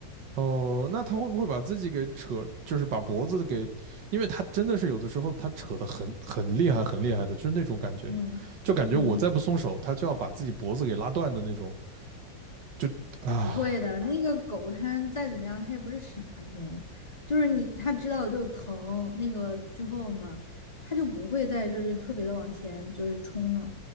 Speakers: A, on the right (about 70°); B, on the left (about 20°).
A: 哦，那他会不会把自己给扯，就是把脖子给，因为他真的是有的时候他扯得很很厉害，很厉害的，就是那种感觉，
B: 嗯嗯。
A: 就感觉我再不松手，他就要把自己脖子给拉断的那种，就啊，
B: 不会的，那个狗它再怎么样，它也不是傻子，就是你它知道就疼那个之后嘛，它就不会再就是特别的往前就是冲了。